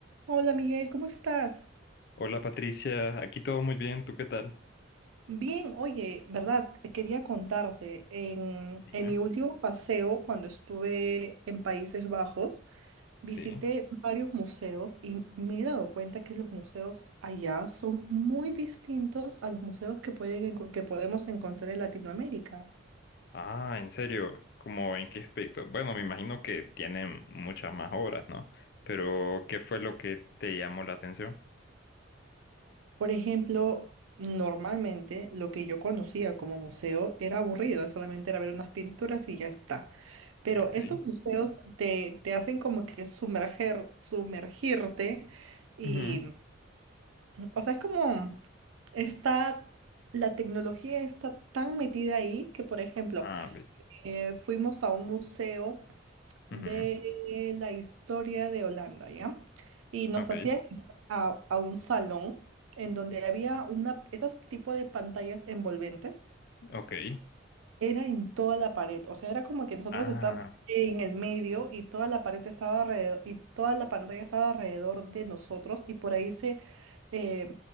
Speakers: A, on the right; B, on the left.
A: Hola Miguel, ¿cómo estás?
B: Hola Patricia, aquí todo muy bien, ¿tú qué tal?
A: Bien, oye, verdad, quería contarte, en,
B: Dime.
A: en mi último paseo, cuando estuve en Países Bajos, visité
B: Sí.
A: varios museos y me he dado cuenta que los museos allá son muy distintos a los museos que pueden, enco- que podemos encontrar en Latinoamérica.
B: Ah, en serio, ¿cómo en qué aspecto? Bueno, me imagino que tienen muchas más obras, ¿no? Pero, ¿qué fue lo que te llamó la atención?
A: Por ejemplo, normalmente lo que yo conocía como museo era aburrido, solamente era ver unas pinturas y ya está. Pero
B: Ok.
A: estos museos te, te hacen como que sumerger, sumergirte y,
B: Ujú.
A: o sea, es como está, la tecnología está tan metida ahí que, por ejemplo,
B: Ah, ok.
A: eh, fuimos a un museo de
B: Ujú.
A: la historia de Holanda, ¿ya? Y nos
B: Ok,
A: hacían entrar a, a un salón en donde había una, esas tipo de pantallas envolventes
B: ok.
A: Era en toda la pared, o sea, era como que nosotros
B: Ah,
A: estábamos en el medio y toda la pared estaba alrededor, y toda la pantalla estaba alrededor de nosotros y por ahí se eh,